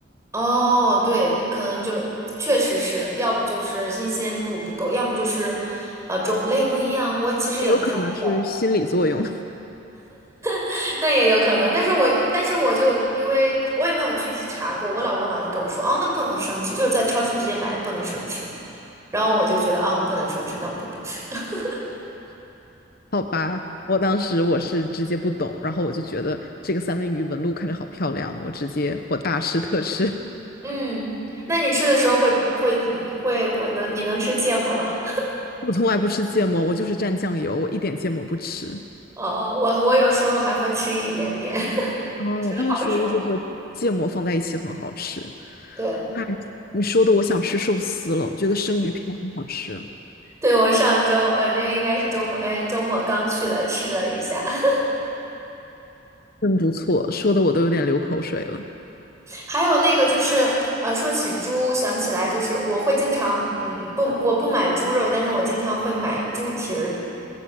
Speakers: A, on the right (about 15°); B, on the left (about 50°).
A: 哦，对，可能就确实是，要不就是新鲜度不够，要么就是，呃，种类不一样。我其实也不太知道，
B: 也有可能是心理作用。
A: <laughs> 那也有可能。但是我，但是我就因为我也没有具体查过，我老公老是跟我说，哦，那不能生吃，就是在超市直接买，不能生吃。然后我就觉得，哦，不能生吃，那我就不吃。<laughs>
B: 好吧，我当时我是直接不懂，然后我就觉得这个三文鱼纹路看着好漂亮，我直接我大吃特吃。<laughs>
A: 嗯，那你吃的时候会会嗯会会能你能吃芥末吗？
B: 我从来不吃芥末，我就是蘸酱油，我一点芥末不吃。
A: <laughs> 哦，我我有时候还会吃一点点，<laughs>
B: 哦，他们说就是和芥末放在一起很好吃。
A: 好爽。对。
B: 哎，你说的我想吃寿司了，我觉得生鱼片很好吃，
A: 对，我上周，呃，那应该是周末，哎，周末刚去了，吃了一下。<laughs>
B: 真不错，说的我都有点流口水了。
A: 还有那个就是，呃，说起猪，想起来就是我会经常，嗯，不，我不买猪肉，但是我经常会买猪蹄儿，